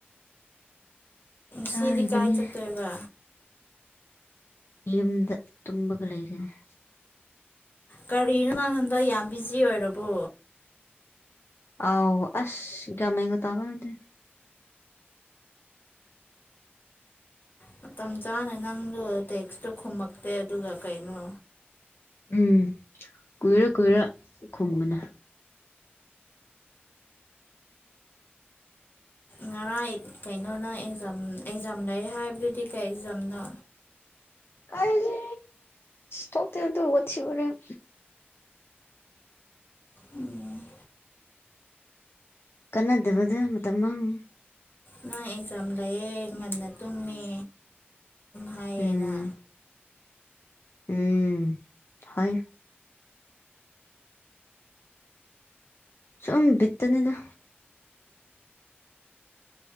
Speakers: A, on the left; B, on the left.
A: ꯆꯥꯔꯤꯕꯅꯤ
B: ꯁꯤꯗꯤ ꯀꯥꯏ ꯆꯠꯇꯣꯏꯕ꯫
A: ꯌꯨꯝꯗ ꯇꯨꯝꯑꯒ ꯂꯩꯒꯅꯤ꯫
B: ꯀꯔꯤꯅꯣ ꯅꯪ ꯍꯟꯗꯛ ꯌꯥꯝ ꯕꯤꯖꯤ ꯑꯣꯏꯔꯕꯣ꯫
A: ꯑꯥꯎ ꯑꯁ ꯒꯌꯥꯟ ꯃꯦꯟꯒ ꯇꯥꯕ ꯅꯠꯇꯦ꯫
B: ꯃꯇꯝ ꯆꯥꯅ ꯅꯪꯗꯣ ꯇꯦꯛꯁꯇꯣ ꯈꯨꯝꯃꯛꯇꯦ ꯑꯗꯨꯒ ꯀꯩꯅꯣ꯫
A: ꯎꯝ ꯀꯨꯏꯔ ꯀꯨꯏꯔ ꯈꯨꯝꯃꯒꯅꯤ꯫
B: ꯉꯔꯥꯡ ꯀꯩꯅꯣꯅ ꯑꯦꯛꯖꯥꯝ ꯑꯦꯛꯖꯥꯝ ꯂꯩꯌꯦ ꯍꯥꯏꯕꯗꯨꯗꯤ ꯀꯩ ꯑꯦꯛꯖꯥꯝꯅꯣ꯫
A: ꯑꯩꯁ ꯊꫭꯛꯇꯦꯗꯗꯨ ꯋꯥꯊꯤ ꯋꯥꯔꯦꯝ꯫
B: ꯎꯝ
A: ꯀꯟꯅꯗꯕꯗ ꯃꯇꯝ ꯃꯥꯡꯅꯕ
B: ꯅꯪ ꯑꯦꯛꯖꯥꯝ ꯂꯩꯑꯦ ꯉꯟꯅ ꯇꯨꯝꯃꯦ꯫ ꯍꯥꯏꯌꯦꯅ
A: ꯎꯝ ꯎꯝ ꯍꫭꯏ꯫ ꯁꯨꯝ ꯕꯤꯠꯇꯅꯤꯗ꯫